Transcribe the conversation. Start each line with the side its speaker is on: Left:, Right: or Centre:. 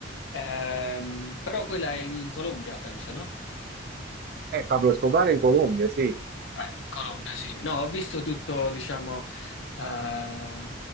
Left: Ehm, però quella è in Colombia, penso, no?
Right: Eh, Pablo Escobar in Colombia, sì.
Left: Eh, in Colombia, sì. No, ho visto tutto, diciamo, eh,